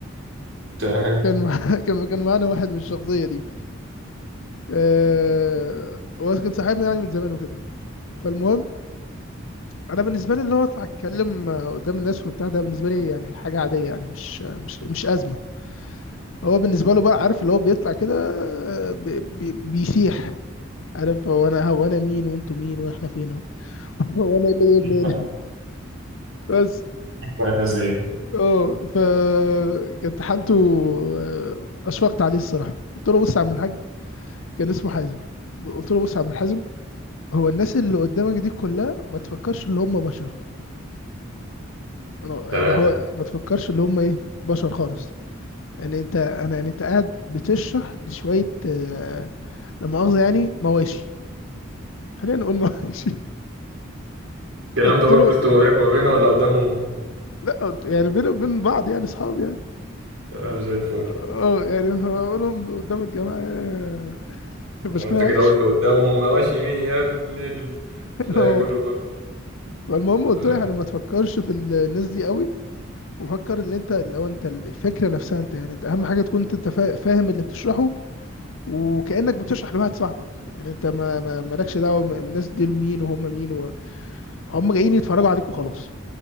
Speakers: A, on the right; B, on the left.
A: تمام
B: كان مع... <laughs> كان كان معانا واحد من الشخصية دي آه... هو كان صاحبنا يعني من زمان وكده فالمهم انا بالنسبه لي اللي هو اطلع اتكلم آه، قدام الناس وبتاع ده بالنسبه لي يعني حاجه عاديه يعني مش مش مش ازمه هو بالنسبه له بقى عارف اللي هو بيطلع كده آه، بي بي بيسيح عارف هو انا هو انا مين وانتوا مين واحنا فين هو <laughs> هو انا إيه اللي
A: <laughs>
B: جايبني هنا بس
A: مع الناس دي
B: اه ف كانت حالته آه، اشفقت عليه الصراحه قلت له بص يا عم الحاج كان اسمه حازم قلت له بص يا عم الحازم هو الناس اللي قدامك دي كلها ما تفكرش اللي هم بشر انا
A: تمام
B: اللي هو ما تفكرش اللي هم ايه بشر خالص يعني انت انا يعني انت قاعد بتشرح لشويه آه، لا مؤاخذه يعني مواشي خلينا نقول مواشي
A: الكلام
B: <laughs> قلت
A: ده
B: له
A: قلته ما بينك وما بينه ولا قدامهم
B: لا قلت يعني بيني وبين بعض يعني اصحاب يعني
A: تمام زي الفل
B: اه يعني هقولهم قدام الجماعة يعني
A: لو
B: <laughs> شكلها
A: انت كده
B: وحش
A: قلت قدامهم ماشي يمين يا ابني ال- تلاقي
B: اه
A: كله بقى.
B: فالمهم قلت
A: تمام.
B: له يعني ما تفكرش في ال- الناس دي قوي وفكر ان انت لو انت ال- الفكرة نفسها انت يعني انت اهم حاجة تكون انت فا- فاهم اللي بتشرحه وكأنك بتشرح لواحد صاحبك يعني انت ما ما- مالكش دعوة م- الناس دي مين وهم مين و- هم جايين يتفرجوا عليك وخلاص